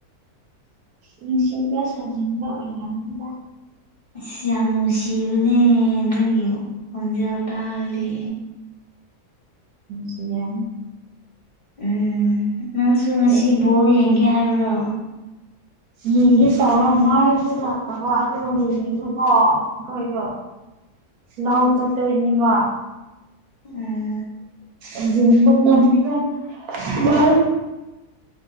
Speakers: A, on the right (about 70°); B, on the left (about 25°).
A: ꯅꯨꯡꯁꯤꯕ ꯁꯥꯖꯤꯟꯕ ꯑꯣꯏꯔꯝꯅꯤꯗ
B: ꯑ ꯌꯥꯝ ꯅꯨꯡꯁꯤꯕꯅꯦ ꯅꯪꯒꯤ ꯈꯣꯟꯖꯦꯜ ꯇꯥꯔꯗꯤ
A: ꯁꯤꯅꯦ
B: ꯎꯝ ꯅꯪꯁꯨ ꯉꯁꯤ
A: ꯍꯦꯛ ꯍꯦꯛ
B: ꯕꯣꯔ ꯌꯦꯡꯒꯦ ꯍꯥꯏꯕ꯭ꯔꯣ
A: ꯌꯦꯡꯗꯤ ꯇꯧꯔ ꯃꯥꯏꯁꯨ ꯂꯥꯛꯇꯕ ꯑꯗꯨꯒꯅꯦꯌꯦꯡꯗꯨꯀꯣ ꯀꯩꯒ ꯂꯎ ꯆꯠꯇꯣꯏꯅꯤ ꯋꯥ
B: ꯎꯝ
A: ꯑꯣꯝꯕ ꯉꯃ ꯃꯥ